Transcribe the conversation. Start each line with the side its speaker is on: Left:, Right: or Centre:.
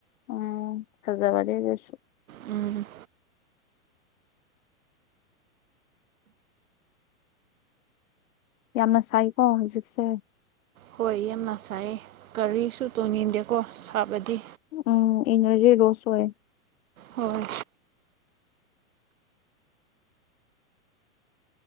Left: ꯎꯝ ꯐꯖꯕꯅꯦ ꯑꯗꯨꯁꯨ
Right: ꯎꯝ
Left: ꯌꯥꯝꯅ ꯁꯥꯏꯀꯣ ꯍꯧꯖꯤꯛꯁꯦ
Right: ꯍꯣꯏ ꯌꯥꯝꯅ ꯁꯥꯏ ꯀꯔꯤꯁꯨ ꯇꯣꯡꯅꯤꯡꯗꯦꯀꯣ ꯁꯥꯕꯗꯤ
Left: ꯎꯝ ꯏꯅꯔꯖꯤ ꯔꯣꯁ ꯑꯣꯏ
Right: ꯍꯣꯏ